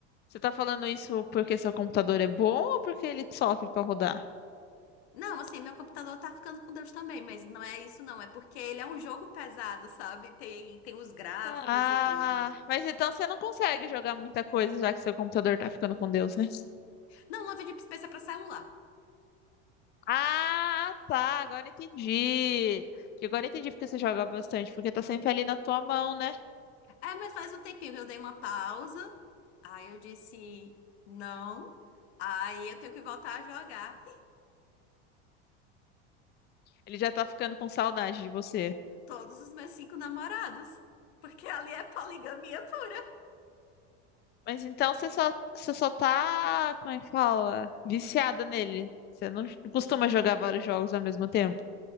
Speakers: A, on the left (about 30°); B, on the left (about 80°).
A: Você tá falando isso porque seu computador é bom ou porque ele sofre para rodar?
B: Não, assim, meu computador tá ficando com Deus também, mas não é isso não, é porque ele é um jogo pesado, sabe? Tem, tem os gráficos
A: Ah,
B: e tudo.
A: mas então você não consegue jogar muita coisa já que seu computador tá ficando com Deus, né?
B: Não, Love and Deep Space é pra celular.
A: Ah, tá, agora entendi. Que Agora entendi porque você joga bastante, porque tá sempre ali na tua mão, né?
B: É, mas faz um tempinho que eu dei uma pausa, aí eu disse não, aí eu tenho que voltar a jogar.
A: Ele já tá ficando com saudade de você.
B: todos os meus cinco namorados. Porque ali é poligamia pura.
A: Mas então você só, você só tá, como é que fala? Viciada nele. Você não não costuma jogar vários jogos ao mesmo tempo.